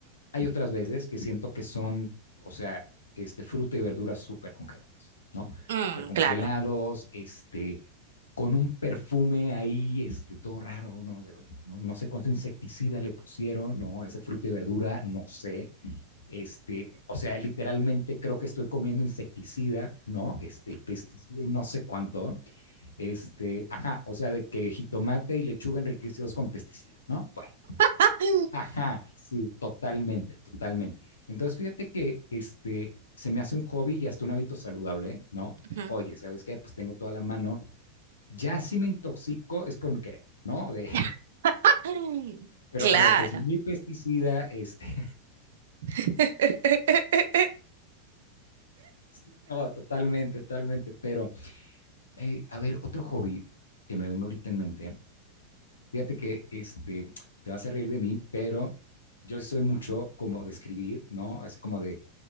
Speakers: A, on the left; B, on the right.
A: Hay otras veces que siento que son, o sea, este, fruta y verduras súper congelados, ¿no?
B: Ujú. Mm,
A: Súper congelados,
B: claro.
A: este, con un perfume ahí, este, todo raro, ¿no? De, oye, pues, no, no sé cuánto insecticida le pusieron, ¿no? Ese fruta y verdura, no sé, este, o sea, literalmente creo que estoy comiendo insecticida, ¿no? Este, pesticida y no sé cuánto. Este, ajá, o sea, de que jitomate y lechuga enriquecidos con pesticida, ¿no? Bueno,
B: <clears throat>
A: ajá, sí, totalmente, totalmente. Entonces, fíjate que este, se me hace un hobby y hasta un hábito saludable, ¿no?
B: Mm, Claro.
A: Oye,
B: Ujú.
A: ¿sabes qué? Pues tengo toda la mano. Ya si me intoxico es por mi querer, ¿no? De,
B: <clears throat> <laughs>
A: pero
B: Claro.
A: a ver, es mi pesticida, este,
B: <laughs>
A: <laughs> no, totalmente, totalmente, pero Eh, a ver, otro hobby que me vengo ahorita en mente. Fíjate que este, te vas a reír de mí, pero yo sí soy mucho como de escribir, ¿no? Así como de,